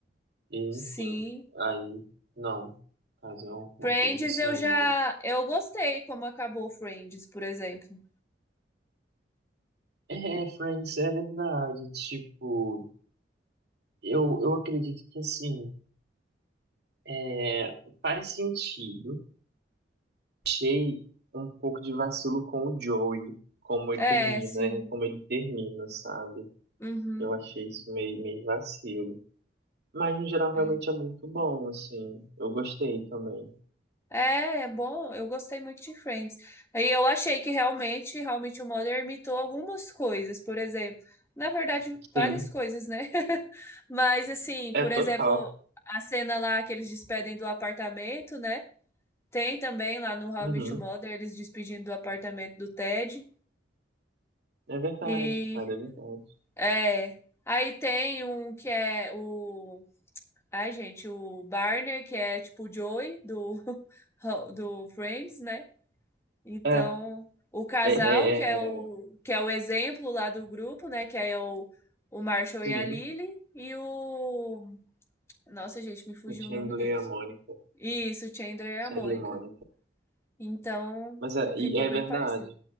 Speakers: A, on the right (about 65°); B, on the left (about 15°).
A: E,
B: Sim.
A: enfim, aí, não. Fazer uma
B: Friends,
A: coisa desse
B: eu
A: nível.
B: já. Eu gostei como acabou Friends, por exemplo.
A: É, Friends, é verdade. Tipo, eu, eu acredito que, assim, é faz sentido achei um pouco de vacilo com o Joey, como
B: É,
A: ele termina,
B: sim.
A: é, como ele termina, sabe?
B: Uhum.
A: Eu achei isso meio, meio vacilo. Mas no geral
B: É.
A: realmente é muito bom, assim. Eu gostei também.
B: É, é bom. Eu gostei muito de Friends. Aí eu achei que realmente, realmente o Mulder imitou algumas coisas, por exemplo, na verdade, várias
A: Sim,
B: coisas, né? <laughs> Mas assim,
A: é
B: por
A: total.
B: exemplo, a cena lá que eles despedem do apartamento, né? Tem também lá no How
A: Uhum.
B: I Met Your Mother eles despedindo do apartamento do Ted
A: É verdade,
B: e
A: cara, é verdade.
B: é, aí tem um que é o Ai, gente, o Barney, que é tipo o Joey do <laughs> do Friends, né? Então,
A: É,
B: o casal,
A: é, é,
B: que é o,
A: é,
B: que é o exemplo lá do grupo, né? Que aí é o, o Marshall
A: sim,
B: e a Lily. E o. Nossa, gente, me fugiu
A: o Chandler
B: o nome deles.
A: e a Mônica.
B: Isso, o Chandler
A: Chandler
B: e a Mônica.
A: e Mônica.
B: Então,
A: Mas é, e
B: ficou
A: é
B: bem
A: verdade.
B: parecido.